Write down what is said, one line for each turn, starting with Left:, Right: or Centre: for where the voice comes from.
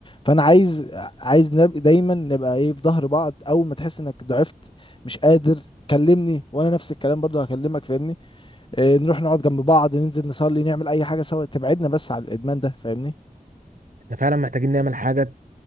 Left: فانا عايز عايز نبقى دايما نبقى ايه في ظهر بعض اول ما تحس انك ضعفت مش قادر كلمني وانا نفس الكلام برضو هكلمك فاهمني إيه نروح نقعد جنب بعض ننزل نصلي نعمل اي حاجه سوا تبعدنا بس على الادمان ده فاهمني
Right: احنا فعلا محتاجين نعمل حاجة